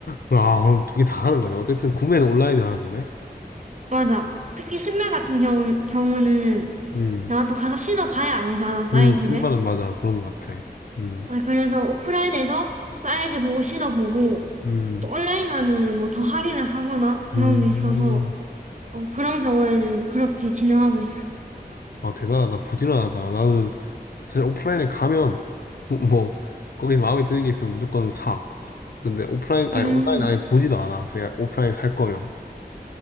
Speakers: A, on the left; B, on the right.
A: 아, 그럼 두 개 다 하는 거네. 어쨌든 구매는 온라인으로 하는 거네.
B: 맞아. 특히 신발 같은 경우, 경우는
A: 음.
B: 내가 또 가서 신어봐야 알잖아, 사이즈를.
A: 음, 신발은 맞아. 그런 것 같아. 음.
B: 아, 그래서 오프라인에서 사이즈 보고 신어보고,
A: 음.
B: 또 온라인 가면은 뭐 더 할인을 하거나 그런
A: 음.
B: 게 있어서, 어, 그런 경우에는 그렇게 진행하고 있어.
A: 아, 대단하다. 부지런하다. 나는 사실 오프라인에 가면 <laughs> 뭐 뭐 거기서 마음에 드는 게 있으면 무조건 사. 근데 오프라인
B: 음,
A: 아니 온라인 아예 보지도 않아. 제가 오프라인에 살 거면